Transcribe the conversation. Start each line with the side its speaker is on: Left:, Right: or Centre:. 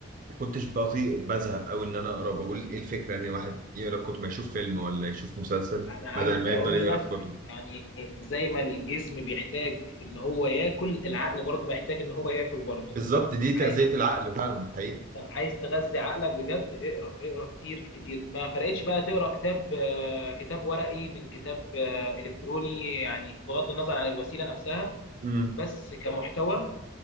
Right: ما كنتش بطيء بزهق أوي إن أنا أقرأ بقول إيه الفكرة إن واحد يقرأ كتب ما يشوف فيلم ولا يشوف مسلسل
Left: انا عايز
Right: بدل ما
Left: اقول
Right: يفضل يقرأ
Left: لك
Right: في كتب
Left: يعني زي ما الجسم بيحتاج ان هو ياكل العقل برضه محتاج ان هو ياكل برضه
Right: بالظبط دي تغذية
Left: عايز
Right: العقل فعلا دي حقيقة
Left: طب عايز تغذي عقلك بجد اقرا اقرا كتير كتير ما فرقتش بقى تقرا كتاب آه، كتاب ورقي من كتاب آه، الكتروني يعني بغض النظر عن الوسيله نفسها
Right: امم
Left: بس كمحتوى